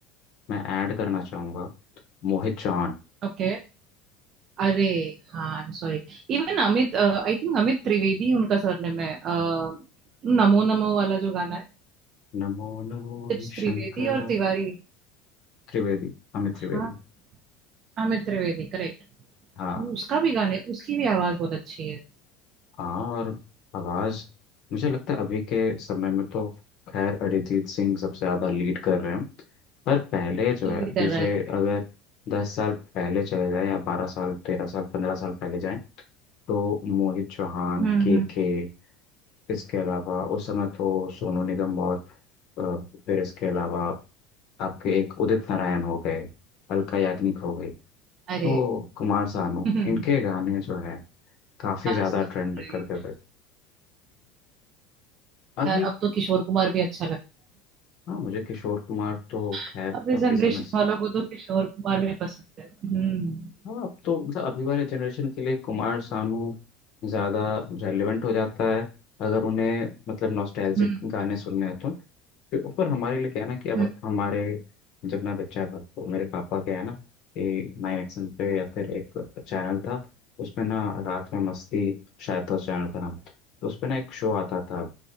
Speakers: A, on the left (about 50°); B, on the right (about 40°).
A: मैं ऐड करना चाहूंगा मोहित चौहान
B: ओके अरे हाँ I am sorry Even Amit I think Amit Trivedi उनका सरनेम है अ, नमो नमो वाला जो गाना है
A: नमो नमो
B: इट्स
A: ही
B: त्रिवेदी
A: शंकर
B: और तिवारी
A: त्रिवेदी अमित
B: हाँ
A: त्रिवेदी
B: अमित त्रिवेदी करेक्ट
A: हाँ
B: उसका भी गाने उसकी भी आवाज बहुत अच्छी है
A: हाँ और आवाज मुझे लगता है अभी के समय में तो खैर अरिजीत सिंह सबसे ज्यादा लीड कर रहे हैं पर पहले जो
B: लीड
A: है अभी
B: कर रहा
A: से
B: है correct।
A: अगर दस साल पहले चले जाएं या बारह साल तेरह साल पंद्रह साल पहले जाएं तो मोहित चौहान
B: हम्म
A: के
B: हम्म
A: के इसके अलावा उस समय तो सोनू निगम और अ, फिर इसके अलावा आपके एक उदित नारायण हो गए अलका याग्निक हो गई
B: अरे
A: तो कुमार सानू
B: <laughs> कुमार
A: इनके गाने जो है काफी ज्यादा
B: सानू
A: ट्रेंड
B: राइट
A: करते थे अभी
B: यार अब तो किशोर कुमार भी अच्छा लगता
A: हाँ मुझे किशोर कुमार तो खैर
B: है अब इस
A: काफी
B: जनरेशन
A: समय से
B: वालों को तो किशोर कुमार भी पसंद है हम्म
A: हाँ अब तो मतलब अभी वाले जनरेशन के लिए कुमार सानू ज़्यादा रेलेवेंट हो जाता है अगर उन्हें मतलब नॉस्टैल्जिक
B: हम्म
A: गाने सुनने हैं तो फिर ऊपर हमारे लिए क्या है ना कि अब
B: हम्म
A: हमारे जब मैं बच्चा था तो मेरे पापा क्या है ना कि नाइन एक्शन पे या फिर एक चैनल था उसमें ना रात में मस्ती शायद था उस चैनल का नाम तो उसमें ना एक शो आता था